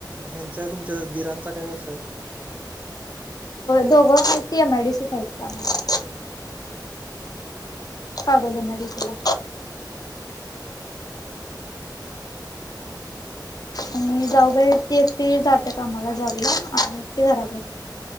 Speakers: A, on the right (about 20°); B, on the left (about 55°).
A: ह्यांचा तुमच्या दिरांचा काय व्यवसाय आहे.
B: दोघं टी एम आय डीसी आहेत कामला. कागले म तला आणि जाऊबा ती एकटी जाते कामाला जॉब ला आणि ती घरातते